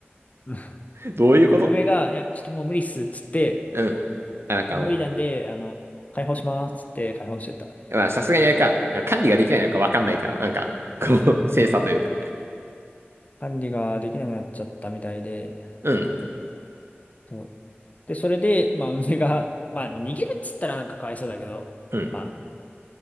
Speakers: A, on the left (about 35°); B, on the right (about 75°).
A: <laughs> うん
B: どういうこと
A: 運営が、いや、ちょっともう無理っす、つって、
B: うん。あなんかも
A: 無理なんで、あの、解放します、つって解放してた。
B: う、まあさすがにあれか、管理ができないのかわかんないから、なんか、
A: そう
B: こう、<laughs> 精査というか。
A: 管理ができなくなっちゃったみたいで、
B: うん、
A: そう。で、それで、まあ、<laughs> 梅が、まあ、逃げるっつったらなんかかわいそうだけど、
B: うん。
A: まあ、